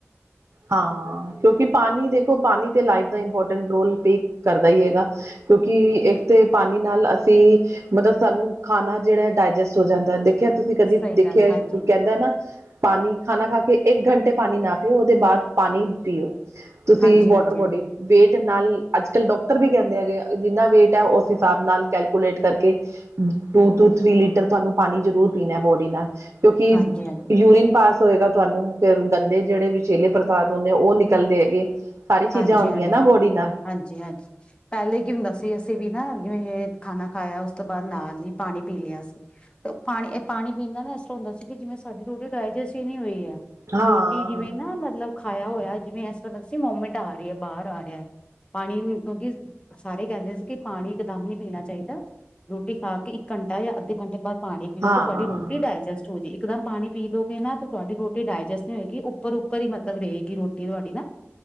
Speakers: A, on the right; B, on the left.
A: ਹਾਂ ਕਿਉਂਕਿ ਪਾਣੀ ਦੇਖੋ ਪਾਣੀ ਤੇ ਲਾਈਫ ਦਾ ਇੰਪੋਰਟੈਂਟ ਰੋਲ ਪੇ ਕਰਦਾ ਈ ਹੈਗਾ। ਕਿਉਂਕਿ ਇੱਕ ਤੇ ਪਾਣੀ ਨਾਲ ਅਸੀਂ ਮਤਲਬ ਸਾਨੂੰ ਖਾਣਾ ਜਿਹੜਾ ਡਾਇਜੈਸਟ ਹੋ ਜਾਂਦਾ ਦੇ ਖਿਆ ਤੁਸੀਂ ਕਦੀ
B: ਸਹੀ
A: ਦੇਖਿਆ
B: ਗੱਲ ਹੈ ਹਾਂਜੀ
A: ਕਹਿੰਦਾ ਨਾ ਪਾਣੀ ਖਾਣਾ ਖਾ ਕੇ ਇੱਕ ਘੰਟੇ ਪਾਣੀ ਨਾ ਪੀਓ, ਉਹਦੇ ਬਾਅਦ ਪਾਣੀ ਪੀਓ। ਤੁਸੀਂ
B: ਹਾਂਜੀ
A: ਵਾਟਰ
B: ਹਾਂਜੀ
A: ਬੋਡੀ
B: ਹਾਂਜੀ
A: ਵੇਟ ਨਾਲ, ਅੱਜ ਕੱਲ੍ਹ ਡਾਕਟਰ ਵੀ ਕਹਿੰਦੇ ਹੈਗੇ, ਜਿੰਨਾ ਵੇਟ ਐ ਉਸ ਹਿਸਾਬ ਨਾਲ ਕੈਲਕੂਲੇਟ ਕਰਕੇ ਟੂ ਟੂ ਥ੍ਰਰੀ ਲੀਟਰ ਤੁਹਾਨੂੰ ਪਾਣੀ ਜ਼ਰੂਰ ਪੀਣਾ ਬੋਡੀ ਨਾਲ। ਕਿਉਂਕਿ,
B: ਹਾਂਜੀ ਹਾਂਜੀ
A: ਯੂਰੀਨ ਪਾਸ ਹੋਏਗਾ ਤੁਹਾਨੂੰ, ਫਿਰ ਗੰਦੇ ਜਿਹੜੇ ਵਿ਼ਸ਼ੇਲੇ ਪ੍ਰਤਾਦ ਹੁੰਦੇ ਉਹ ਨਿਕਲਦੇ ਹੈਗੇ। ਸਾਰੀ ਚੀਜ਼ਾਂ
B: ਹਾਂਜੀ-ਹਾਂਜੀ,
A: ਹੁੰਦੀਆਂ ਨਾ ਬੋਡੀ ਨਾਲ
B: ਹਾਂਜੀ-ਹਾਂਜੀ। ਪੈਲੇ ਕੀ ਹੁੰਦਾ ਸੀ ਅਸੀਂ ਵੀ ਨਾ ਜਿਵੇਂ ਇਹ ਖਾਣਾ ਖਾਇਆ, ਉਸ ਤੋਂ ਬਾਅਦ ਨਾਂ ਲੀ ਪਾਣੀ ਪੀ ਲਿਆ ਸੀ। ਤੇ ਪਾਣੀ ਐ ਪਾਣੀ ਪੀਣ ਨਾਲ ਨਾ ਐਸ ਤਰਾਂ ਹੁੰਦਾ ਸੀ ਕਿ ਜਿਵੇਂ ਸਾਡੀ ਰੋਟੀ ਡਾਇਜੈਸ ਈ ਨੀ ਹੋਈ ਐ।
A: ਹਾਂ
B: ਰੋਟੀ ਜਿਵੇਂ ਨਾ ਮਤਲਬ ਖਾਇਆ ਹੋਇਆ ਜਿਵੇਂ ਐਸ ਤਰਾਂ ਲਗਦਾ ਸੀ ਮੋਮੈਂਟ ਆ ਰੀ ਐ ਬਾਰ ਆ ਰੇਆ। ਪਾਣੀ ਵੀ ਕਿਉਂਕਿ ਸਾਰੇ ਕੈਂਦੇ ਸੀ ਕਿ ਪਾਣੀ ਇਕਦਮ ਨੀ ਪੀਣਾ ਚਾਈਦਾ। ਰੋਟੀ ਖਾ ਕੇ ਇੱਕ ਘੰਟਾ ਜਾਂ ਅੱਧੇ ਘੰਟੇ ਬਾਅਦ ਪਾਣੀ ਪੀਓ
A: ਹਾਂ
B: ਕੇ ਤੁਹਾਡੀ ਰੋਟੀ ਡਾਇਜੈਸਟ ਚੋ ਜੇ ਇਕਦਮ ਪਾਣੀ ਪੀਲੋ ਗੇ ਨਾ ਫੇਰ ਤੁਹਾਡੀ ਰੋਟੀ ਡਾਇਜੈਸਟ ਨਈ ਹੋਏਗੀ ਉੱਪਰ-ਉੱਪਰ ਈ ਮਤਲਬ ਰਏਗੀ ਰੋ ਟੀ ਤੁਹਾਡੀ ਨਾ